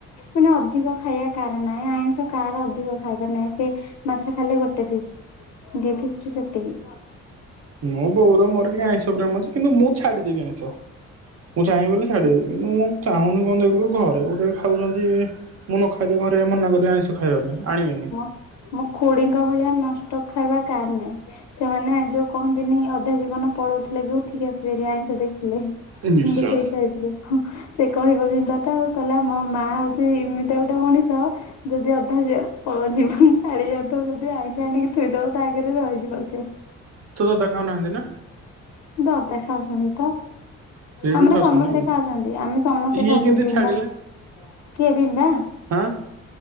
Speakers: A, on the left (about 70°); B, on the right (about 55°).
A: ମାନେ ଅଧିକ ଖାଇବା କାହାର ନାହିଁ ଆଇଁଷ କାହାର ଅଧିକ ଖାଇବାର ନାହିଁ ସେ ମାଛ ଖାଇଲେ ଗୋଟେ ପିସ। ସେତିକି <inaudible>
B: ମୋ ବଉର ମୋର ଟିକେ ଆଇଁଷ ପ୍ରେମ ଅଛି କିନ୍ତୁ ମୁଁ ଛାଡ଼ିଦେବି ଆଇଁଷ। ମୁଁ ଚାହିଁ ବୋଲି ଛାଡିଦେବି କିନ୍ତୁ ମୁଁ ଚାହୁଁନି କଣ ଦେଇ କହିଲ ଘରେ ଗୋଟେ ଖାଉଛନ୍ତି ମୁଁ ନ ଖାଇଲେ ଘରେ ମନା କରି ସେ ଆଇଁଷ ଖାଇବା ପାଇଁ ଆଣିବେନି
A: ମୁଁ ଖୁଡିଙ୍କ ଭଳିଆ ନନଷ୍ଟପ ଖାଇବା କାର ନାହିଁ। ସେମାନେ ଯୋଉ କହନ୍ତିନି ଅଧା ଜୀବନ ପଳଉଥିଲେ ବି ଉଠିକି ଆସିବାର ଆଇଁଷ ଦେଖିଲେ।
B: ନିଶ୍ଚୟ।
A: ମୁଁ ବି ସେଇ ଟାଇପ୍। ସେ କହିବ ବିବତା ଆଉ କହିଲା ମୋ ମା ହଉଛି ଏମିତିଆ ଗୋଟେ ମଣିଷ ଯେ ଅଧା ଯ ଜୀବନ ଛାଡି ଯାଉ ଥିବ ଯଦି ଆଇଁଷ ଆଣିକି ଥୋଇଦବ ତା ଆଗରେ ରହିଯିବ ସେ।
B: ତୋ ବାବା ଖାଉନାହାନ୍ତି ନା?
A: ଦାଦା ଖାଉଛନ୍ତି ତ।
B: ସିଏ
A: ଆମର
B: ବି ଖାଉଛନ୍ତି
A: ସମସ୍ତେ
B: ନା କି
A: ଖାଉଛନ୍ତି ଆମେ ସମସ୍ତେ
B: ଇଏ
A: ଖାଉଛୁ
B: କେମିତି
A: ବିମ୍ବା
B: ଛାଡିଲା
A: କିଏ ବିମ୍ବା
B: ହଁ।